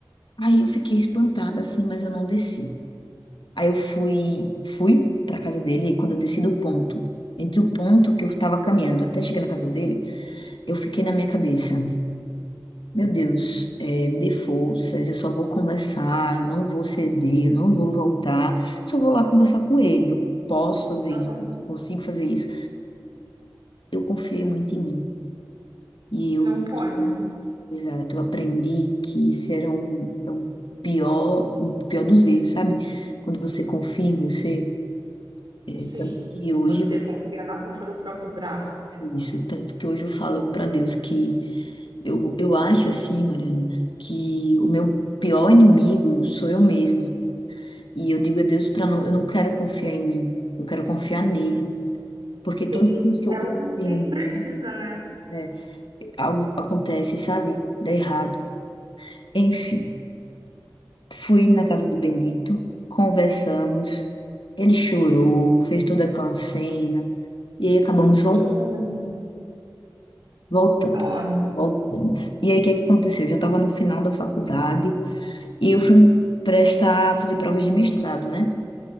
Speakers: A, on the left; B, on the right.
A: Aí eu fiquei espantada assim, mas eu não desci. Aí eu fui, fui pra casa dele e quando eu desci do ponto, entre o ponto que eu tava caminhando até chegar na casa dele, eu fiquei na minha cabeça. Meu Deus, eh, me dê forças, eu só vou conversar, eu não vou ceder, eu não vou voltar, só vou lá conversar com ele. Eu posso fazer
B: Aham.
A: isso, eu consigo fazer isso. Eu confiei muito em mim. E eu
B: Não
A: vi
B: pode,
A: que,
B: né?
A: exato, eu aprendi que isso era um, é um pior, um pior dos erros, sabe? Quando você confia em você. eh,
B: Sim.
A: tanto que hoje
B: Você
A: eu,
B: confia na força do próprio braço, né?
A: isso, tanto que hoje eu falo para Deus que eu, eu acho assim, Mariana, que o meu pior inimigo sou eu mesma. E eu digo a Deus para não, eu não quero confiar em mim, eu quero confiar nele. Porque toda
B: Sim.
A: vez que
B: É
A: eu confio
B: o que
A: em
B: precisa,
A: mim,
B: né?
A: é, algo acontece, sabe? Dá errado. Enfim, fui na casa do Bendito, conversamos, ele chorou, fez toda aquela cena, e aí acabamos vol-
B: Hum,
A: voltando.
B: Nossa.
A: Voltamos. E aí, o que que aconteceu? Eu já estava no final da faculdade e eu fui prestar, fazer provas de mestrado, né?